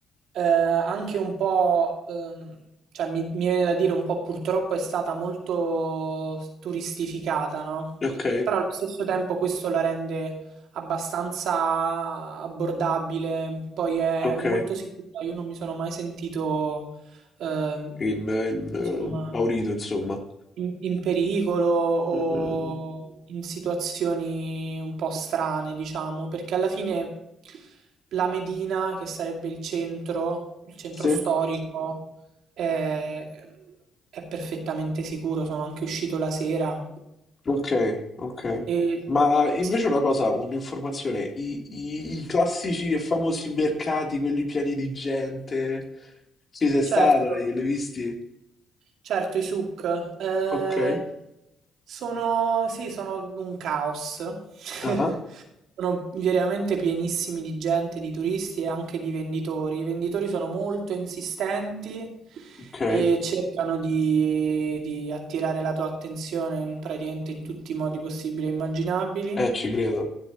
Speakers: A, on the right; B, on the left.
A: eh, anche un po', ehm, cioè mi, mi viene da dire un po' purtroppo è stata molto turistificata, no?
B: Ok,
A: Però allo stesso tempo questo la rende abbastanza abbordabile, poi è
B: ok,
A: molto sicura, io non mi sono mai sentito, ehm,
B: in, in eh,
A: insomma
B: Maurito, insomma.
A: in, in pericolo o
B: Mm, mm.
A: in situazioni un po' strane, diciamo, perché alla fine la Medina, che sarebbe il centro, il centro
B: sì?
A: storico, è, è perfettamente sicuro. Sono anche uscito la sera.
B: Ok, ok.
A: E,
B: Ma invece
A: sì,
B: una cosa, un'informazione, i, i- i classici e famosi mercati, quelli pieni di gente, ci sei stato,
A: certo,
B: l'hai l'hai visti?
A: certo, i souk eh,
B: Ok,
A: sono, sì, sono un caos. <laughs>
B: ah,
A: Sono veramente pienissimi di gente, di turisti e anche di venditori. I venditori sono molto insistenti
B: ok,
A: e cercano di, di attirare la tua attenzione in, praticamente in tutti i modi possibili e immaginabili.
B: eh ci credo.